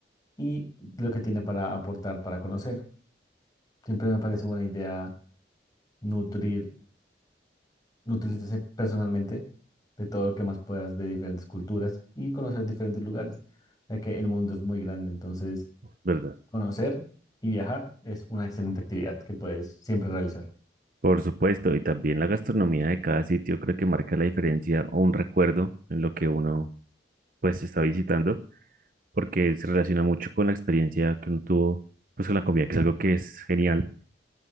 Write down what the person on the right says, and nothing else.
¿verdad?
Por supuesto, y también la gastronomía de cada sitio creo que marca la diferencia o un recuerdo en lo que uno pues está visitando, porque se relaciona mucho con la experiencia que uno tuvo pues con la comida, que es algo que es genial.